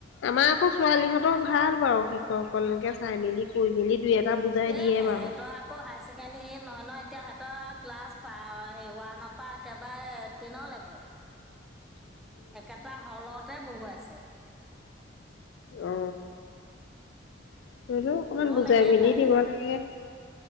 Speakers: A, on the left (about 70°); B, in the centre.
A: আমাৰ আকৌ ছোৱালীহঁত তৰ ভাল বাৰু, শিক্ষকসকল একে চাই মেলি কৈ মেলি দুই-এটা বুজাই
B: এ
A: দিয়ে
B: সেহেঁতৰ
A: বাৰু।
B: আকৌ হায়াৰ ছেকেণ্ডেৰী নহয় ন, এতিয়া সিহতৰ ক্লাছ হেৰি ওৱানৰ পৰা একেবাৰে তেনলৈকে।
A: <inaudible>
B: একেটা হলতে বহুৱাইছে।
A: অ, হ'লেও অকমান
B: হল
A: বুজাই
B: একেটাই
A: মেলি দিব লাগে।